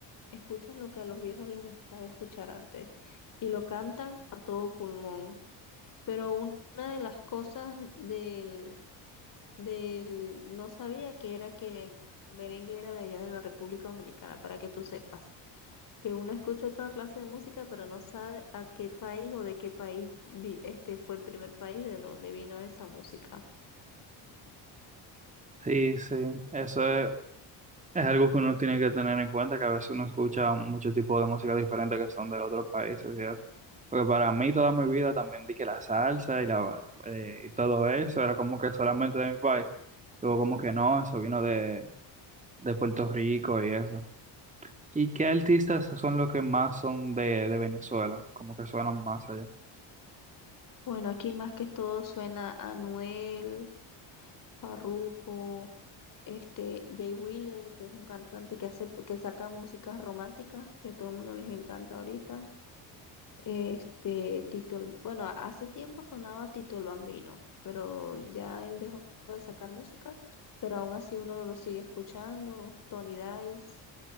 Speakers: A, on the left; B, on the right.
A: escuchan lo que a los viejos les gustaba escuchar antes y lo cantan a todo pulmón. Pero un- una de las cosas del del, no sabía que era que el merengue era de allá de la República Dominicana, para que tú sepas, que uno escucha toda clase de música, pero no sabe a qué país o de qué país vi- este fue el primer país de donde vino esa música.
B: Sí, sí, eso es. Es algo que uno tiene que tener en cuenta, que a veces uno escucha muchos tipos de música diferente que son de otros países y eso. Porque para mí toda mi vida también di que la salsa y, la, ba- eh, y todo eso era como que solamente de mi país. Luego como que no, eso vino de, de Puerto Rico y eso. ¿Y qué artistas son los que más son de, de Venezuela? Como que suenan más allá.
A: Bueno, aquí más que todo suena Anuel, Farruko, este Jay Wheeler, que es un cantante que hace que saca música romántica, que a todo el mundo les encanta ahorita. Este, Tito, el- bueno, hace tiempo sonaba Tito el Bambino, pero ya él dejó de sacar música, pero aún así uno lo sigue escuchando. Tony Dice,